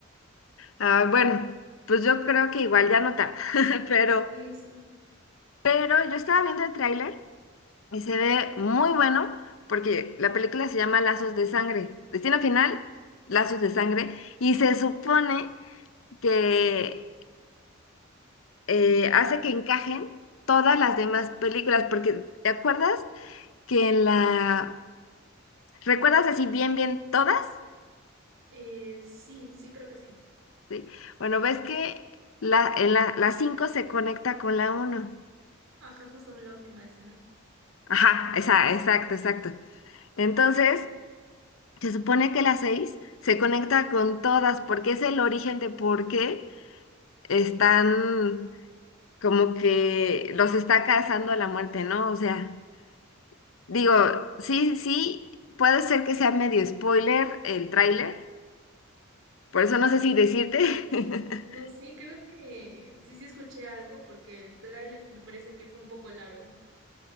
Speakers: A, on the left (about 75°); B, on the right (about 75°).
A: Ah, bueno, pues yo creo que igual ya no tarda, <laughs> pero,
B: Sí, sí.
A: pero yo estaba viendo el tráiler. Y se ve muy bueno porque la película se llama Lazos de Sangre. Destino final, Lazos de Sangre. Y se supone que eh, hace que encajen todas las demás películas. Porque, ¿te acuerdas que en la... ¿Recuerdas así bien, bien todas?
B: Eh, sí, sí, creo que sí.
A: Sí. Bueno, ves que la, en la, la 5 se conecta con la uno
B: Ajá, justo la última escena.
A: Ajá, esa, exacto, exacto. Entonces... Se supone que las seis se conecta con todas porque es el origen de por qué están como que los está cazando a la muerte, ¿no? O sea, digo, sí, sí, puede ser que sea medio spoiler el tráiler, por eso no sé si decirte. <laughs>
B: No, sí, creo que sí, sí escuché algo porque el tráiler me parece que fue un poco largo.